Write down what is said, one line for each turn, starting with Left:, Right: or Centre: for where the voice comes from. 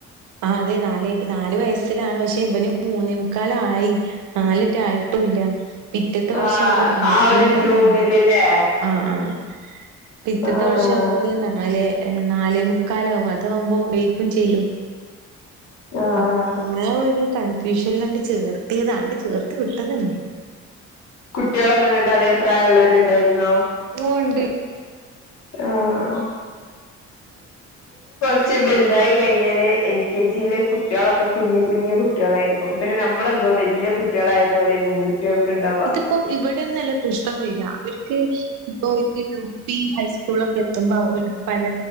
Right: ആ അതെ നാലേ കാ നാലു വയസ്സിലാണ് പക്ഷെ ഇവന് മൂന്നേ മുുക്കാലായി നാലിറ്റ് ആയിട്ടുല്ല പിറ്റത്തെ വർഷം
Left: ആഹ്
Right: ആവുമ്പോ നാലേമുക്കാല്
Left: ആ ഒരു ജൂണിലില്ലേ
Right: മാറും ആ ആ ആ ഇപ്പ ഇത്തത്തെ
Left: ആഹ്
Right: വർഷം ആവുമ്പോത്തെേ നാല് നാലേ മു കാലാവും അതകുമ്പോൾ വേക്കും ചെയ്യും
Left: ആഹ്
Right: അപ്പൊ ആ ഒരു കൺഫ്യൂഷൻ എല്ലാണ്ട് ചേർത്തിയതാണ്ട് ചേർത്ത് വിട്ടതന്നെ
Left: കുട്ടികളൊക്കെ ഇങ്ങട്ട് അതേ പ്രായമുള്ളള്ളവരുണ്ടായിരുന്നോ
Right: ഓ ഉണ്ട്ണ്ട്
Left: ആഹ് പെ വലുതായി കഴിഞ്ഞാല് എൽ കെ ജിയില് കുട്ടികളൊക്കെ കുഞ്ഞഞ് കുഞ്ഞ് കുട്ടികളായിരിക്കും പിന്നെ നമ്മളെന്തോ വലിയ കുട്ടികളായ പോലെരിക്കും കുട്ടികൾക്ക് ഉണ്ടാവുക
Right: ഇപ്പ ഇവിടെന്നല്ല പ്രശ്നം വരിക അവർക്ക് ഇപ്പൊ യൂ പി ഹൈസ് സ്കൂളൊക്കെ എത്തുമ്പോ പല